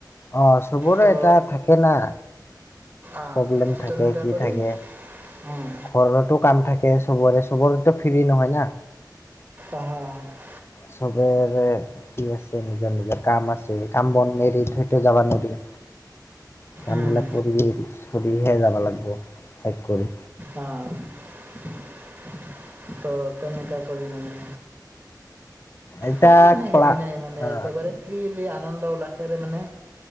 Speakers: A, on the left; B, on the right.
A: অঁ! চবৰে
B: তো
A: এটা থাকে না
B: অ',
A: প্ৰব্লেম
B: তো
A: থাকে,
B: তেনেকা
A: কি
B: কৰি
A: থাকে।
B: উম,
A: ঘৰতো কাম থাকে চবৰে, চবৰেতো ফ্ৰী নহয় না।
B: অ হা হা <unintelligible>
A: চবেৰে কি আছে নিজৰ-নিজৰ কাম আছে, কাম বন এৰি থৈতো যাবা নোৱাৰি। কামবিলাক
B: উম,
A: কৰি চৰিহে যাব লাগিব শেষ কৰি।
B: অঁ! <unintelligible> <inaudible> ত তেনেকা কৰি মানে।
A: এতিয়া
B: কোনো মানে
A: ক্লা
B: হেৰি নাই মানে
A: অ
B: একেবাৰে। ফ্ৰিলি আনন্দ উল্লাসেৰে মানে